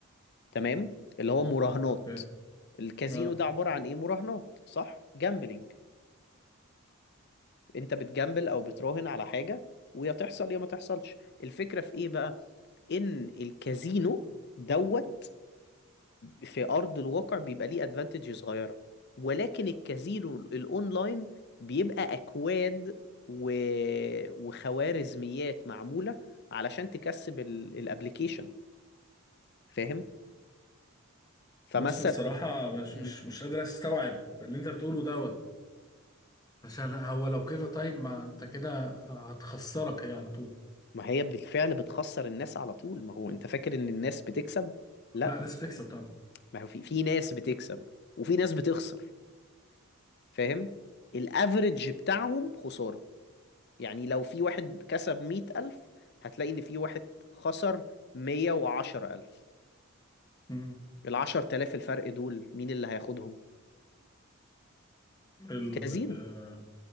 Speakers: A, on the left (about 50°); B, on the left (about 15°).
A: تمام اللي هو مراهنات
B: أوكي
A: الكازينو
B: أه
A: ده عبارة عن ايه مراهنات صح جامبلينج انت بتجامبل او بتراهن على حاجة ويا تحصل يا ما تحصلش الفكرة في ايه بقى ان الكازينو دوت في ارض الواقع بيبقى ليه ادفانتج صغيره ولكن الكازينو الاونلاين بيبقى اكواد و... وخوارزميات معموله علشان تكسب الابلكيشن فاهم فمثلا
B: بص بصراحة مش
A: مم.
B: مش مش قادر استوعب اللي انت بتقوله دوت عشان هو لو كده طيب ما انت كده هتخسرك هي على طول
A: ما هي بالفعل بتخسر الناس على طول ما هو انت فاكر ان الناس بتكسب لا
B: لا ناس بتكسب طبعا
A: ما هو في في ناس بتكسب وفي ناس بتخسر فاهم الافرج بتاعهم خساره يعني لو في واحد كسب مية ألف هتلاقي إن في واحد خسر مية وعشرة ألف
B: مم.
A: العشر تلاف الفرق دول مين اللي هياخدهم؟
B: ال
A: الكازينو
B: اه